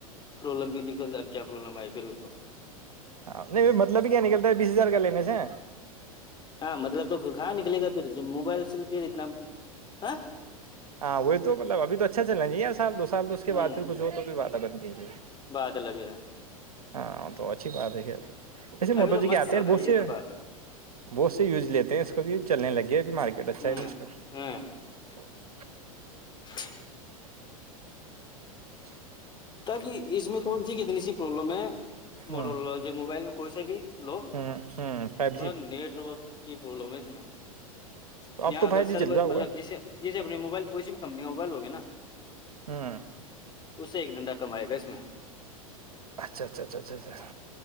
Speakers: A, on the left (about 25°); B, on the right (about 80°).
A: پرابلم بھی نکل دیا اب کیا پرابلم آئی پھر تو
B: ہاں نہیں مطلب بھی کیا نکلتا ہے بیس ہزار کا لینے سے <unintelligible>
A: ہاں مطلب تو کہاں نکلے گا پھر موبائل سے پھر اتنا ہاں <unintelligible>
B: ہاں وہ توطلبھی تو اچھا چلیں گی سال دو سال تو اس کےعد
A: ہوں
B: پھر کھ ہو توھر وعدہ بند <unintelligible> جے <unintelligible>
A: بات الگے ہے <unintelligible>
B: ہاں تو اچھی بات ہے خ ایسے موٹو
A: ابھی تو
B: جی
A: مست
B: کے آتے
A: چل
B: ہیں
A: رہا
B: بہت
A: ہے یہ
B: سے
A: تو بات ہے
B: بہت سے یوز لیتے ہیں اس کو بھی چلنے لگے <unintelligible> یہ بھی مارکیٹ اچھا
A: ہ
B: ہے بھی اس کا
A: ہ
B: <unintelligible>
A: <inaudible>
B: ج <inaudible>
A: تاکہ اس میں فون سی کتنی سی پرلم ہے <unintelligible>
B: ہوں
A: موڈل ج موبائل کو سے بھی <unintelligible> ہلو
B: ہوں ہوں فائیو
A: تھوڑا
B: جی
A: نیٹورک <unintelligible> کی پرابلم ہے اس میں <unintelligible>
B: تو اب تو
A: اگر
B: فائیو جی
A: سرو
B: چل رہا ہوگا
A: مطلب جسے جسے اپنے موبائل کوسی بھی کمپنی کا موبائل ہوگے نا
B: ہوں
A: اسے ایک ڈنڈا کمائے گا اس میں <unintelligible>
B: اچھا اچھا اچھا اچھا اچھا